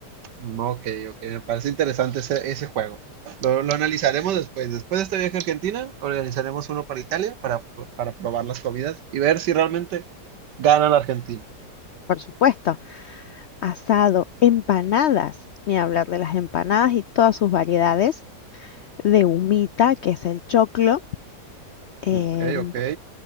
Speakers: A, on the right; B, on the left.
A: mm, ok, ok, me parece interesante ese, ese juego. Lo, lo analizaremos después. Después de este viaje a Argentina, organizaremos uno para Italia para, para probar las comidas y ver si realmente gana la Argentina.
B: Por supuesto, asado, empanadas, ni hablar de las empanadas y todas sus variedades, de humita, que es el choclo. em,
A: Ok, ok.